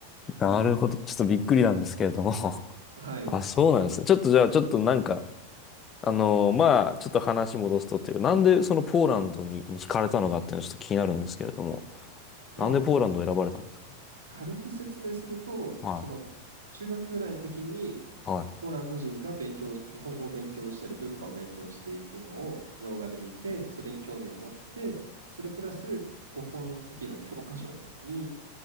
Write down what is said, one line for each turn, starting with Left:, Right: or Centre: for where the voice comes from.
Left: なるほど。
Right: うん
Left: ちょっとびっくりなんですけれども。<laughs>
Right: はい。
Left: あ、そうなんですね。ちょっとじゃあ、ちょっとなんか、あのーまあ、ちょっと話戻すとっていうか、なんでそのポーランドに惹かれたのかっていうのはちょっと気になるんですけれども。
Right: まあ、
Left: なんでポーランドを選ばれたんですか
Right: 軽く説明すると、
Left: はい。
Right: その中学ぐらいの時に、
Left: はい。
Right: ポーランド人が勉強日本語を勉強したり、文化を勉強しているのを動画で見て、それに興味を持って、それプラス、高校の時の教科書に、